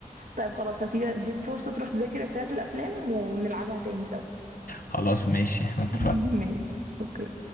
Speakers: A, on the right; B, on the left.
A: طيب خلاص هسيبك اديك فرصه تروح تذاكر افيهات الافلام ونلعبها تاني سوا
B: خلاص ماشي احنا اتفقنا
A: <laughs> ماشي اوكي